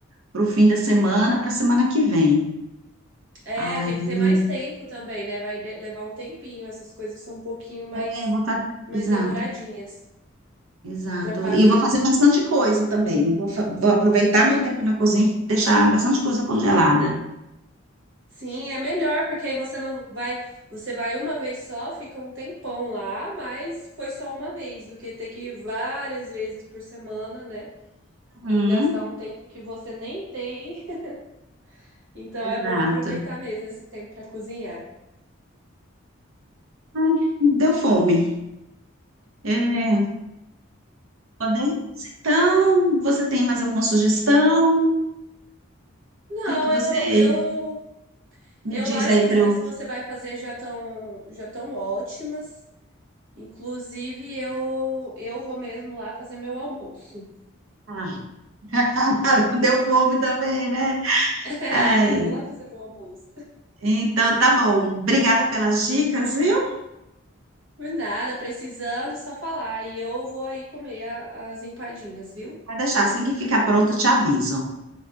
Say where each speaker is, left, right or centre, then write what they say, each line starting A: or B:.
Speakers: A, on the right (about 75°); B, on the right (about 65°).
A: pro fim da semana, para semana que vem.
B: É,
A: Aí,
B: tem que ter mais tempo também, né? Vai de- levar um tempinho, essas coisas são um pouquinho mais
A: é, vou fazer.
B: mais
A: Exato,
B: demoradinhas
A: exato.
B: pra fazer.
A: E eu vou fazer bastante coisa também. Não vou, fa- vou aproveitar meu tempo na cozinha e deixar bastante coisa congelada.
B: Sim, é melhor porque aí você não vai, você vai uma vez só, fica um tempão lá, mas foi só uma vez, do que ter que ir várias vezes por semana, né?
A: Uhum,
B: e gastar um tempo que você nem tem. <laughs> Então
A: exato.
B: é bom aproveitar mesmo esse tempo para cozinhar.
A: Ai, deu fome. É, podemos? Então, você tem mais alguma sugestão? O
B: Não,
A: que que você
B: eu, eu,
A: me
B: eu
A: diz
B: acho
A: aí
B: que
A: para
B: as coisas
A: eu.
B: que você vai fazer já estão já estão ótimas. Inclusive, eu, eu vou mesmo lá fazer meu almoço.
A: Ah, <laughs> deu fome também, né?
B: <laughs> É,
A: Ai,
B: eu vou lá fazer meu almoço.
A: então tá bom. Obrigada pelas dicas, viu?
B: Por nada, precisando, só falar. E eu vou aí comer a- as empadinhas, viu?
A: Vai deixar, assim que ficar pronto, eu te aviso.